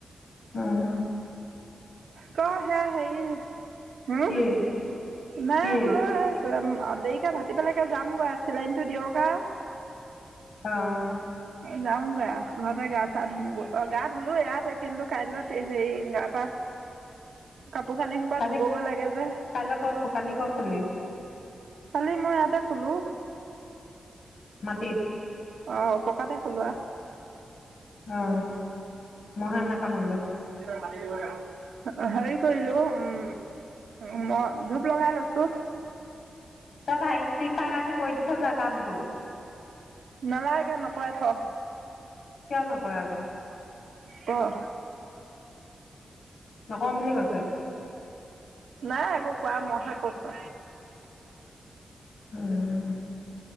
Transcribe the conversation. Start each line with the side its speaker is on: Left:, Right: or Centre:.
Left: উম
Right: ক সে সেই হো
Left: কি
Right: কোনে
Left: কি
Right: বোলো এই অ দেৰিকে ভাতি পেলেকে যামগৈ চিলাইনটো দিয়ক আও
Left: অঁ
Right: যাওঁগে আউ গা ঘৰতে গা চা ধ অ গা ধুলো ইয়াতে কিন্তু কাইলৈত হেৰি গা পা কাপোৰ কানি সোপা
Left: কালি
Right: ধুব গৈ লাগে যে।
Left: কাইলৈ কফ কালি কফ হ'লি
Right: কালি মই ইয়াতে শুলো।
Left: মাটিত
Right: অঁ পকাতে শুলো আও।
Left: অ মহে নাকামুৰিলে।
Right: হেৰি কৰিলো উম। উ মই ধূপ লগাই লৈছো।
Left: তই ভাইটি কাক আজি কৰি দিছ যা কামটো।
Right: নালাগে নকৰে থ।
Left: কিয় নকৰে ক।
Right: কহ
Left: নকওঁ বুলি কৈছে।
Right: নাই একো কোৱা মইহে কৈছো।
Left: উম